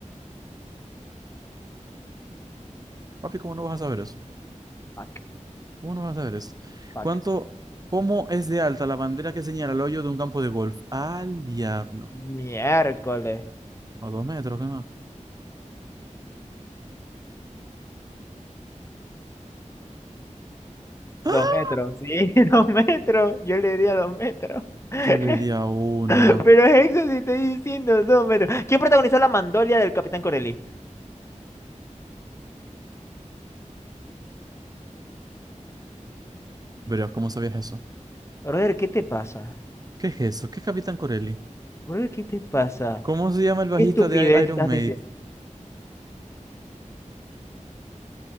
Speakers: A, on the right; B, on the left.
A: Papi, ¿cómo no vas a saber eso?
B: Fuck,
A: ¿Cómo no vas a ver eso?
B: fuck.
A: ¿Cuánto, cómo es de alta la bandera que señala el hoyo de un campo de golf? Al diablo.
B: Miércoles.
A: A dos metros, ¿qué más?
B: Dos
A: ¡Ah!
B: metros, sí, <laughs> dos metros. Yo le di a dos metros. <laughs>
A: Yo le di a uno.
B: Pero eso sí estoy diciendo dos metros. ¿Quién protagonizó la mandolia del Capitán Corelli?
A: Verás, ¿cómo sabías eso?
B: Brother, ¿qué te pasa?
A: ¿Qué es eso? ¿Qué es Capitán Corelli?
B: Brother, ¿qué te pasa?
A: ¿Cómo se llama el bajista
B: ¿Qué estupidez
A: de I- Iron
B: estás
A: Maiden?
B: diciendo?